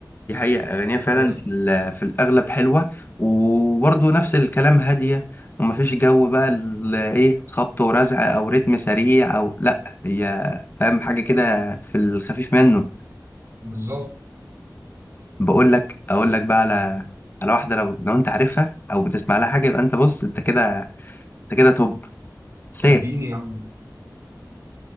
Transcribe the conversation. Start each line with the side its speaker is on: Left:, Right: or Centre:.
Left: دي حقيقة أغانيها فعلا
Right: تمام
Left: في ال- في الأغلب حلوة وبرضه نفس الكلام هادية ومفيش جو بقى ال- إيه خبط ورزع أو رتم سريع أو لأ هي فاهم حاجة كده في الخفيف منه
Right: بالظبط
Left: بقول لك أقول لك بقى على على واحدة لو لو أنت عارفها أو بتسمع لها حاجة يبقى أنت بص أنت كده أنت كده توب سيا
Right: اديني يا عم